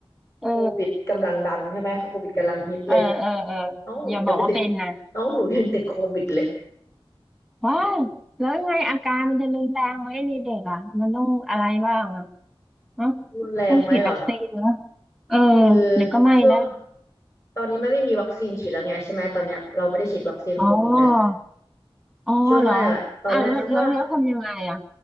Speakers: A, in the centre; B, on the left.
A: เออ
B: โควิดกำลังดังใช่ไหมโควิดกำลังฮิตเลย
A: เออเออเออ
B: น้องหนูมันยังไปติด
A: อย่าบอกว่าเป็นนะ
B: น้องหนูยังติดโควิดเลย
A: ว้ายแล้วยังไงอาการมันจะรุนแรงไหมในเด็กอ่ะมันต้องอะไรบ้างอ่ะเนอะ
B: รุนแรงไหมเหรอ
A: ต้องฉีดวัคซีนเหรอเออ
B: คือ
A: หรือก็ไม่นะ
B: ช่วงตอนนี้มันไม่มีวัคซีนฉีดแล้วไงใช่ไหมตอนเนี้ยเราไม่ได้ฉีดวัคซีนโควิดแล้ว
A: อ๋ออ๋อเหรอ
B: ช่วงแรกอะตอนแรกเขาก็
A: อ่ะแล้วแล้วแล้วทำยังไงอ่ะ